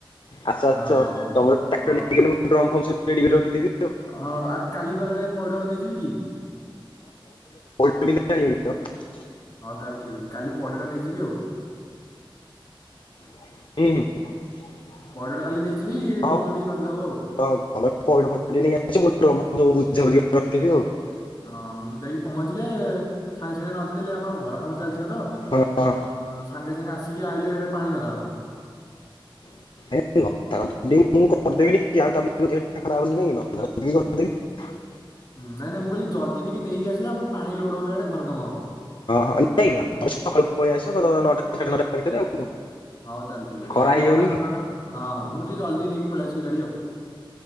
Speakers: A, on the left (about 65°); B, on the left (about 50°).
A: ଆଛା ଆଛା
B: ହଁ ହଉ
A: ତମର <unintelligible>
B: ହଁ
A: ଭିଡି କି ରଖିଥିବି
B: ହଁ ଆ କାଲି ଗଲାବେଳେ ପଉଡ ନେଇଯିବି କି?
A: ଣି <inaudible>
B: ହଉ ତାହେଲେ ଠିକ ଅଛି, କାଲି ପଇଡ଼ ଟା ନେଇଯିବି ଆଉ।
A: ହଁ
B: ପଇଡଟା
A: <inaudible>
B: କାଲି ନେଇଯିବି ଡ୍ରମ ଟିକେ ନଦିଦବ ଆଉ
A: ରଖିଥିବି ଆଉ।
B: ହଁ ମୁଁ ଯାଇକି ପହଞ୍ଚିଲେ ସା ସେଠି ନଦୀ ଦେଲେ ଆମର ଘର କାମ ଚାଲିଥିବ,
A: ହଁ ହଁ
B: ତ ସାଙ୍ଗେ ସାଙ୍ଗେ ଆସି ଟିକେ ଆଇିଲେ ଏଠି ପାଣି ନଦାହବ
A: <unintelligible>
B: ହୁଁ, ନାଇଁ ନାଇଁ, ମୁଁ କହିଲି ଜଲଦି ଟିକେ ନେଇକି ଆସିଲେ ଆମର ପାଣି ଲୋଡ ହବ ଇଆଡେ ଘର କାମ ହବ।
A: ହଁ ନାଇଁ ତମେ ସକାଳୁ ପଳେଇ ଆସିବ <unintelligible>
B: ହଉ ତାହେଲେ ଠିକ ଅଛିଁ,
A: ଖରା
B: ମୁଁ ନଅଟା
A: ହେଇଯାଉନି
B: ସାଢେ଼
A: କି
B: ନଅଟା। ହଁ ହଁ, ମୁଁ ଟିକେ ଜଲଦି ନେଇକି ପଳେଇସିବି ଗାଡି ଆଉ।